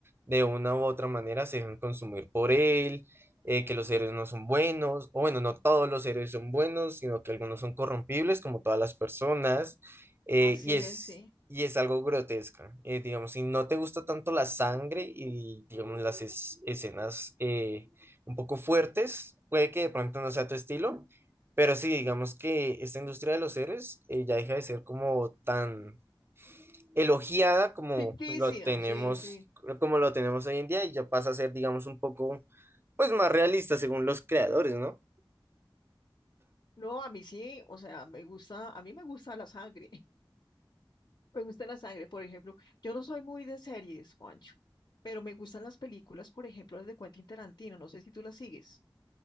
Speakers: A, on the right; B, on the left.
A: de una u otra manera, se dejan consumir por él, eh, que los héroes no son buenos, o bueno, no todos los héroes son buenos, sino que algunos son corrompibles, como todas las personas. eh,
B: Así
A: y es.
B: es, sí.
A: Y es algo grotesca, eh, digamos, si no te gusta tanto la sangre y, digamos, las es- escenas eh, un poco fuertes, puede que de pronto no sea tu estilo, pero sí, digamos que esta industria de los héroes eh, ya deja de ser como tan elogiada como
B: Ficticia,
A: lo tenemos,
B: sí, sí.
A: como lo tenemos hoy en día y ya pasa a ser, digamos, un poco, pues, más realista según los creadores, ¿no?
B: No, a mí sí, o sea, me gusta, a mí me gusta la sangre. Me gusta la sangre, por ejemplo. Yo no soy muy de series, Juancho, pero me gustan las películas, por ejemplo, las de Quentin Tarantino. No sé si tú las sigues.